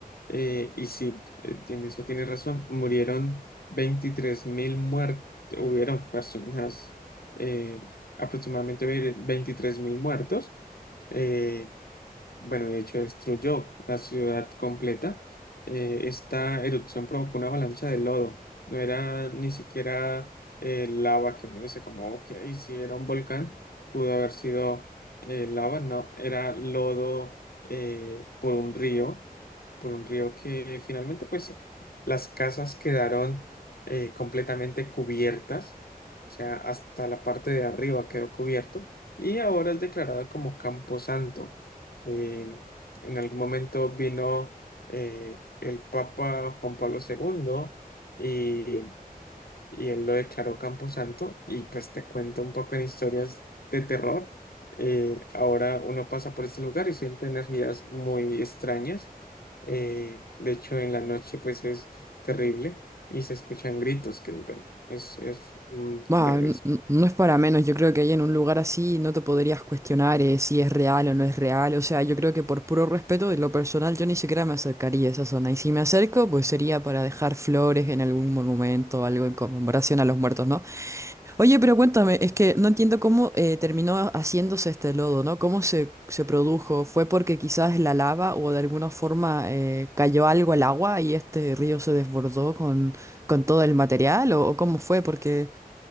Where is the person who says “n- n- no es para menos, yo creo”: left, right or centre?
Right